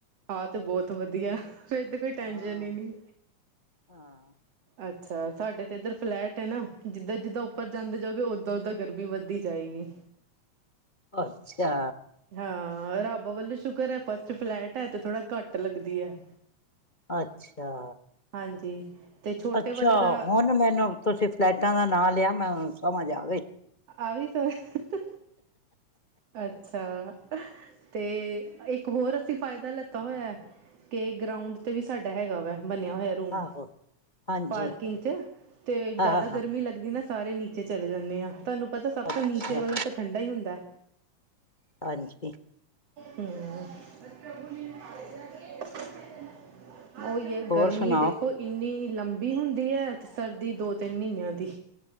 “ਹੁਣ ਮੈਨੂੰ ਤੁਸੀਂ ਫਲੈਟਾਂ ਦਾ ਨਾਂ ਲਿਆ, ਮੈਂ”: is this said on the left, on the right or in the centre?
Left